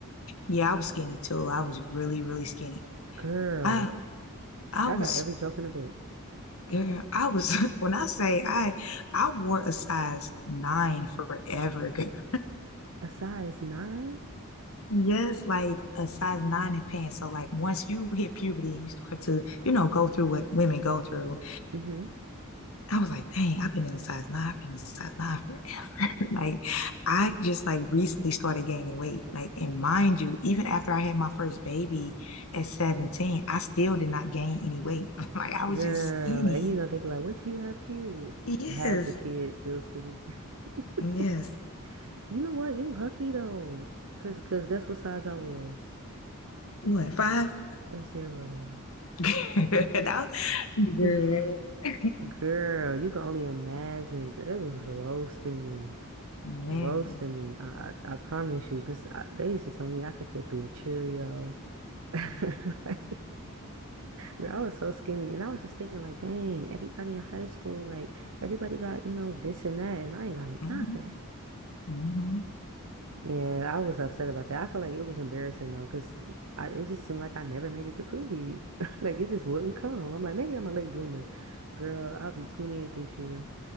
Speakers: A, on the left (about 70°); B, on the right (about 70°).
A: Yeah, I was skinny too. I was really, really skinny.
B: Girl,
A: I I
B: I
A: was
B: got every joke in the book.
A: girl, I was <laughs> when I say I I wore a size nine forever, girl. <laughs>
B: A size nine?
A: Yes, like a size nine in pants. So like once you hit puberty and you start to, you know, go through what women go through.
B: Mm-hmm.
A: I was like, dang, I've been in size nine, I've been in size nine forever. <laughs> like, I just like recently started gaining weight. Like, and mind you, even after I had my first baby at 17, I still did not gain any weight. <laughs> like, I was
B: Girl,
A: just skinny.
B: and you know, they be like, what do you have kids?
A: Yes,
B: Has a kid, still skinny. <laughs>
A: yes.
B: You know what? You lucky though. Cause, cause guess what size I was?
A: What, five?
B: A zero.
A: <laughs> That was- Girl.
B: <laughs>
A: <laughs>
B: Girl, you can only imagine. Girl, they was roasting me.
A: Man,
B: Roasting me. I I, I promise you, because they used to tell me I could fit through a Cheerio. <laughs>
A: man.
B: Girl, I was so skinny, and I was just thinking, like, dang, everybody in high school, like, everybody got, you know, this and that, and I ain't got
A: Mm-hmm.
B: nothing.
A: Mm-hmm.
B: Yeah, I was upset about that. I feel like it was embarrassing though, because I it just seemed like I never made it to puberty. <laughs> Like it just wouldn't come. I'm like, maybe I'm a late bloomer. Girl, I'll be 28 this year.